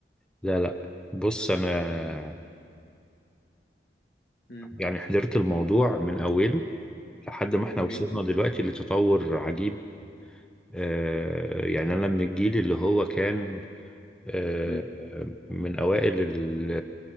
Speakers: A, in the centre; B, on the left.
A: لا لا بص انا
B: امم
A: يعني حضرت الموضوع من اوله لحد ما احنا
B: أوكي
A: وصلنا دلوقتي لتطور عجيب آه يعني انا من الجيل اللي هو كان آه
B: امم
A: من اوائل ال-